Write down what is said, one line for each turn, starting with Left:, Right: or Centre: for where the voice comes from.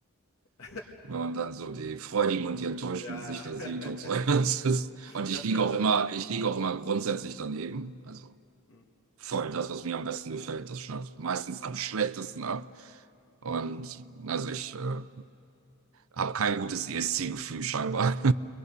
Left: <laughs>
Right: Wenn man dann so die freudigen und die enttäuschten
Left: ja,
Right: Gesichter
Left: ja.
Right: sieht und so. <laughs>
Left: <laughs>
Right: Das ist, und
Left: Ja,
Right: ich
Left: stimmt,
Right: liege auch
Left: ja.
Right: immer,
Left: ja.
Right: ich liege auch immer grundsätzlich daneben. Also
Left: Hm.
Right: voll das, was mir am besten gefällt, das schneidet meistens am schlechtesten ab. Und also ich äh, habe kein gutes ESC-Gefühl scheinbar. <laughs>